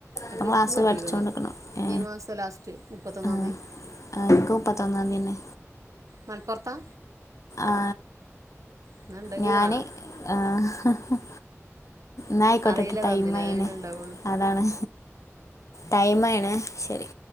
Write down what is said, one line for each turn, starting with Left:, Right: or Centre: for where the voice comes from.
Right: അപ്പൊ
Left: അപൊ ക്ലാസ്സ്
Right: ഇൻക്കും കിട്ടീക്ക്ണ്
Left: പഠിച്ചൊണ്ട്ക്ക്ണ് ഏ
Right: ഈ മാസം ലാസ്റ്റ് മുപ്പത്തൊന്നാം
Left: ആ.
Right: തീയതി
Left: ഞങ്ങക്ക് മുപ്പത്തിത്തൊന്നാംതീയന്നെ.
Right: മലപ്പോർത്താ.
Left: ആ
Right: എന്നാ ഇണ്ടെങ്കി
Left: ഞാന്
Right: കാണാ
Left: ആ ഹഹ. ന്നയിക്കോട്ടട്ടോ
Right: അറിയില്ല
Left: ടൈംയിണ്
Right: തമ്മില് അത് പിന്നെ ഇണ്ടാവുള്ളു
Left: അതാണ്. ടൈം മായിണ് ശെരി.